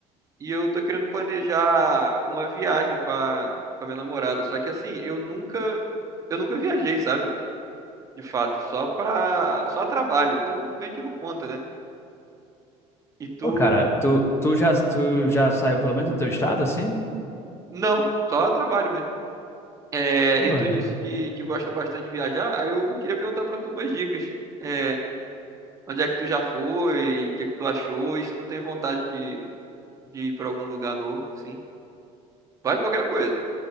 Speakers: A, on the right; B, on the left.
A: E eu tô querendo planejar uma viagem com a, com a minha namorada. Só que assim, eu nunca, eu nunca viajei, sabe? De fato, só pra, só a trabalho. Então, meio que não conta, né? E tu.
B: Ô, cara, tu, tu já, tu já saiu pelo menos do teu estado, assim?
A: Não, só a trabalho mesmo. É,
B: Ah,
A: e
B: ué.
A: tu disse que, que gosta bastante de viajar, aí eu queria perguntar pra tu umas dicas. É, Onde é que tu já foi? O que é que tu achou? E se tu tem vontade de, de ir pra algum lugar novo, sim. Vai qualquer coisa.